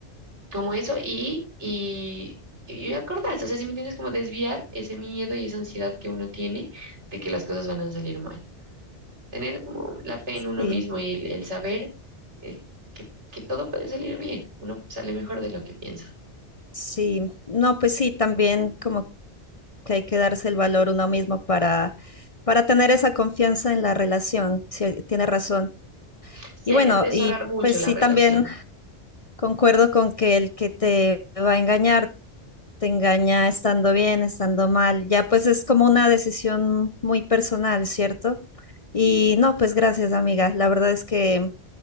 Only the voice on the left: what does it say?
Sí,
sí, no, pues sí, también como que hay que darse el valor uno mismo para, para tener esa confianza en la relación, sí, tiene razón.
Y
bueno,
y
pues
sí,
también concuerdo con que el que te va a engañar, te engaña estando bien, estando mal, ya pues es como una decisión muy personal, ¿cierto? Y no, pues gracias, amiga. La verdad es que